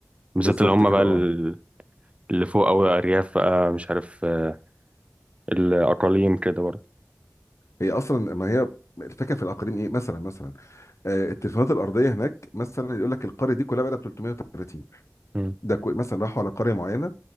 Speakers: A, on the right (about 25°); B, on the left (about 65°).
A: بالذات
B: بالظبط
A: اللي هم
B: كده
A: بقى ال-
B: اه
A: اللي فوق او الارياف بقى مش عارف آه، الاقاليم كده برضو
B: هي اصلا ما هي الفكره في الاقاليم ايه مثلا مثلا آه التليفونات الارضيه هناك مثلا يقول لك القريه دي كلها بقى 330
A: امم
B: ده كو- مثلا راحوا على قريه معينه